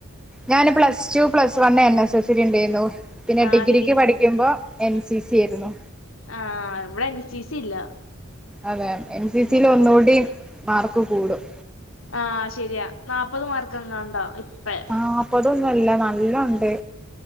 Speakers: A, in the centre; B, on the left.
A: ഞാന് plus two plus one N S എസില് ഉണ്ടായിരുന്നു പിന്നെ
B: ആഹ്
A: ഡിഗ്രിക്ക്
B: ഡിഗ്രി
A: പഠി ക്കുമ്പോ എൻ സി സി ആയിരുന്നു
B: ആഹ് ഇവിടെ എൻ സി സി ഇല്ല
A: അതെ എൻ സി സിൽ
B: ഉം
A: ഒന്നുകൂടി മാർക്ക് കൂടും
B: ആഹ് ശരിയാ നാല്പ്പത് മാർക്ക് എങ്ങാണ്ടാ ഇപ്പേ
A: നാല്പ്പതൊന്നുംല്ല നല്ല ഒണ്ട്